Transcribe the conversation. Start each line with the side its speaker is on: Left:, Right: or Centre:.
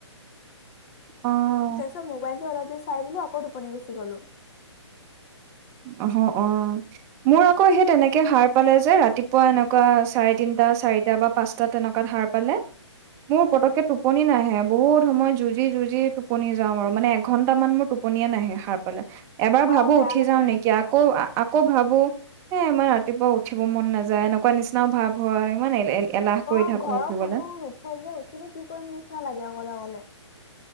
Right: অ
Left: তাৰপিছত ম'বাইলটো অলপ দেৰি চাই দিলো আকৌ টোপনি গুচি গলো।
Right: আহ, অ, মোৰ আকৌ সেই তেনেকে সাৰ পালে যে, ৰাতিপুৱা এনেকুৱা চাৰে তিনটা চাৰিটা বা পাঁচটাত তেনেকুৱাত সাৰ পালে, মোৰ
Left: উম
Right: পতককে টোপনি নাহে। বহুত সময় যুঁজি যুঁজি টোপনি যাওঁ আৰু, মানে এঘন্টা মান মোৰ টোপনিয়ে নাহে সাৰ পালে। এবাৰ ভাবো
Left: অ বেয়া
Right: উঠি।
Left: লাগে
Right: নেক
Left: ৰাতিপুৱা
Right: আকৌ। আকৌ ভাবো এ ইমান ৰাতিপুৱা উঠিব মন নাযায় এনেকুৱা নিচিনাও ভাব হয় ইমান। এলাহ কৰি
Left: অ
Right: থাকো
Left: ঘৰৰ
Right: উঠিবলে
Left: কোনো নুঠে যে উঠিনো কি কৰিম নিচিনা লাগে অকলে অকলে।